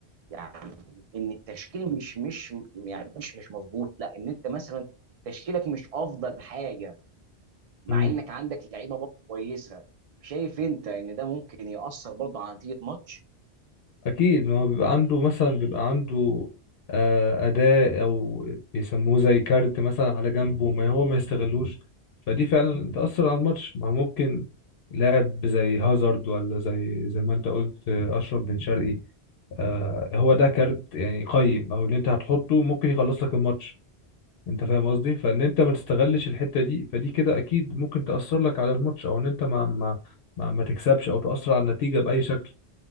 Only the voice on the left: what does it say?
مم.
اكيد ما هو بيبقى عنده مثلا بيبقى عنده آه، اداة او بيسموه زي كارت مثلا على جنبه ما هو ما يستغلوش فدي فعلا تأثر على الماتش ما هو ممكن لاعب زي هازارد ولا زي زي ما انت قلت آه، اشرف بن شرقي آه، هو ده كارت يعني قيم او اللي انت هتحطه ممكن يخلص لك الماتش انت فاهم قصدي فان انت ما تستغلش الحته دي فدي كده اكيد ممكن تاثر لك على الماتش او ان انت ما ما ما, ما تكسبش او تاثر على النتيجه باي شكل